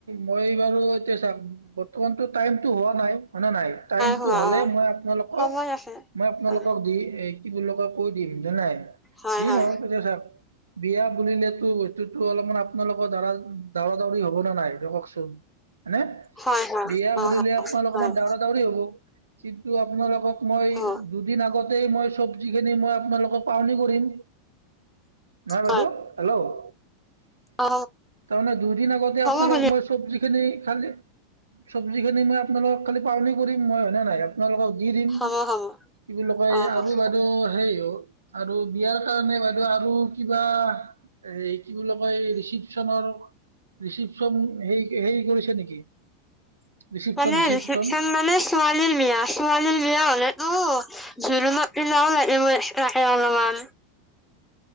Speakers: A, on the right; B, in the centre.
A: মই বাৰু এতিয়া বৰ্তমানতো টাইমতটো হোৱা নাই হয় নে নাই টাইমটো
B: হোৱা
A: হ'লে
B: অ
A: মই আপোনালোকক
B: সময় আছে
A: মই আপোনালোকক
B: অ
A: দি কি বুলি লগা কৈ দিম জানাই
B: হয়
A: যি
B: হয়
A: নহ পজ চব বিয়া বুলিলেতো এইো অলপমান আপোনালোকৰ দা দৰা দাউৰি হব নাই কওকচোন হনেে
B: হয় হয়
A: বিয়া
B: অ
A: বুলিলে আপোনালোক
B: হয়
A: অকমান দউৰা দাউৰি হ'ব কিন্তু আপোনালোকক মই
B: হয়
A: দুদিন আগত মই চব্জি কিনি মই আপোনালোকক পাওনি কৰিম নাই
B: হয়
A: বদু হেল্ল' তাৰমানে
B: অ
A: দুইদিন আগতে
B: হ'ব
A: আপোনালোক
B: খুৰী
A: মই চব্জি খিনি খাল উ চব্জিখিনি মইপালোকক খালি পালনি কৰিম মই হয় ননে ন ইয়াত আপোনালোকক দি দিম
B: হ'ব হ'ব
A: কি বুলি কয়
B: অ হয়
A: আৰু বাইদেউ সেই আৰু বিয়াৰ কাৰণে বাইদেউ আৰু কিবা এ কি বুলিো কয় ৰিচিপ্যনৰ ৰিচিপচন হে হেৰি কৰিছে নেকি ৰিচিপশ্যন
B: মানেচ
A: ৰিচিপশ্যন
B: মানে ছোৱালীৰ মিয় ছোৱালীৰ বিয়া হলে অ জোৰোণত পনাাও লাগিবইাকে অলপমান